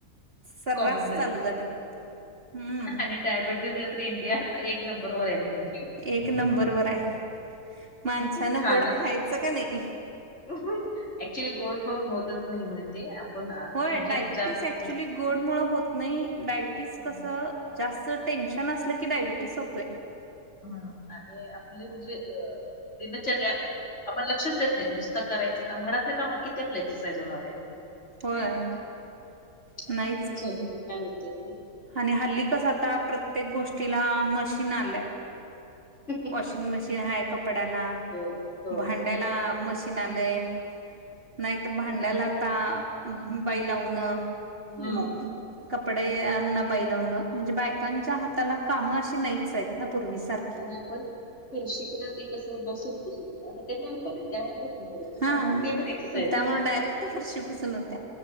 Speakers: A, on the right; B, on the left.
A: सर्रास
B: कॉमन झालेत
A: चालू झाल्यात हम्म
B: आणि डायबिटीजला तरी इंडियात एक नंबर होराया मध्ये
A: एक नंबर वर हायं माणसानं
B: खाणं
A: गोड खायचं का नाही?
B: ऍक्च्युली गोड खाऊन होतच नाही म्हणे ते आपण म्हणजे
A: होय डायबिटीस
B: जास्त
A: ऍक्च्युली गोड मुळ होत नाही डायबिटीस
B: हम्म
A: कसं जास्त टेन्शन असलं की डायबिटीस होतोयं.
B: हम्म आणि आपले म्हणजे अ दिनचर्या आपण लक्षच देत नाही नुसतं करायचं काम घरातल्या कामान किती आपल एक्सरसाईज होणारय?
A: होय
B: नाही होत <unintelligible>
A: नाहीच की
B: स्वयंपाकन काय होतयं?
A: आणि हल्ली कसं आता प्रत्येक गोष्टीला मशीन आल्यात.
B: नाही.
A: वॉशिंग मशीन हायं कपड्याला,
B: हो हो
A: भांड ड्याला मशीन आलयं नाहीतर भांड्याला आता बाई लावनं
B: हा
A: हम्म. कपडे यांना बाई लावणं म्हणजे बायकांच्या हाताला कामं अशी नाहीच आहेत ना पूर्वीसार
B: आणि आपण फरशी पण अगदी कसं बसून पुसत हुतो आता ते माप आले त्यामुळे. नाही करत
A: हां
B: त्यामुळे ते पण एक्सरसाइज
A: त्यामुळे
B: नाही.
A: डायरेक्ट फरशी पुसून हुत्या